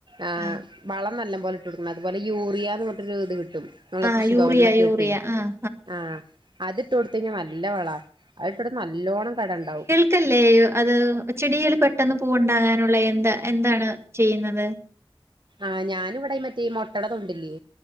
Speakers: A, on the right; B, on the right.
A: ആഹ്
B: ആ
A: വളം നല്ല. പോലെ ഇട്ടു കൊടുക്കുന്നത്, അതുപോലെ യൂറിയ എന്ന പറഞ്ഞിട്ട് ഒരു ഇത് കി കിട്ടും വളം
B: ആഹ്
A: കൃഷി
B: യൂറിയ
A: ഭവനിനെയൊക്കെ
B: യൂറിയ
A: കിട്ടും
B: ആഹ്
A: ആഹ്. അതിട്ട് കൊടുത്ത കഴിഞ്ഞാൽ നല്ല വളം. അതിട്ടുകൊടു നല്ലോണം കട ഉണ്ടാവും.
B: ക്കില്ലേ അത് ചെടിയിൽ പെട്ടെന്ന് പൂവുണ്ടാകാനുള്ള എന്താ എന്താണ്. ചെയ്യുന്നത്
A: ആഹ് ഞാനെവിടെ മറ്റേ മുട്ടയുടെ തൊണ്ടില്ലേ.